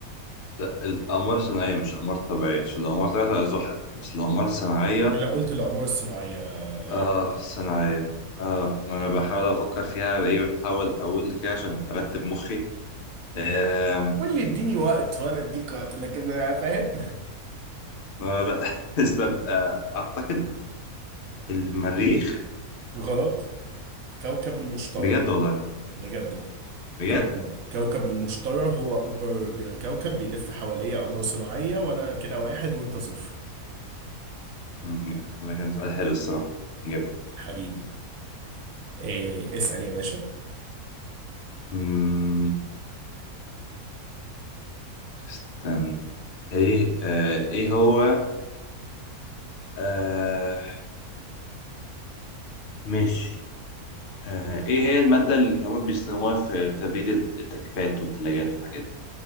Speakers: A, on the left (about 55°); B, on the right (about 70°).
A: لا الاقمار الصناعيه مش اقمار طبيعيه عشان الاقمار الطبيعيه تبقى زحل بس الاقمار الصناعيه
B: أنا قلت الأقمار الصناعية
A: اه
B: يعني
A: صناعية اه ما انا بحاول افكر فيها بايه بحاول اقول كده عشان ارتب مخي آم،
B: قول لي اديني وقت وأنا أديك وقت لكن أنا فاهم
A: ما لا <laughs> استب... آه، اعتقد المريخ
B: <laughs> غلط كوكب المشتري
A: بجد والله
B: بجد
A: بجد
B: والله كوكب المشتري هو أكبر ج- كوكب بيلف حواليه أقمار صناعية وأنا كده واحد وأنت صفر
A: مم، لا، ده كان سؤال حلو الصراحة جاب
B: حبيبي إيه اسأل يا باشا
A: مم، استنى ايه آه ايه هو آه ماشي آه ايه هي المادة اللي هم بيستخدموها في تبريد التكييفات والثلاجات والحاجات دي